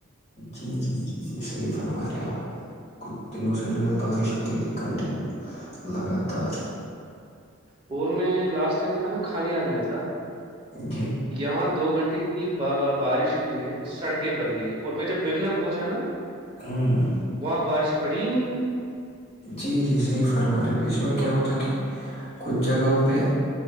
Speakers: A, on the left (about 30°); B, on the right (about 25°).
A: جی جی جی جی س فرمارؤ ک دین جو بارش ہویتی کنٹنیو لگاتار
B: پور میں لاسٹ ٹائم تھا نا کھانار میں تھا
A: جی
B: یہاں دو گھنٹے اتنی بارش ہوئی ہے کہ سڑکیں بر گئی اور میں جب بمنا پہنچا نا
A: ہ
B: وہاں پر پڑھی نہیں ہے
A: جی جی صحیح فرم رہے پ اس میں کیا ہوتا ہے کہ کچھ جگہوں پہ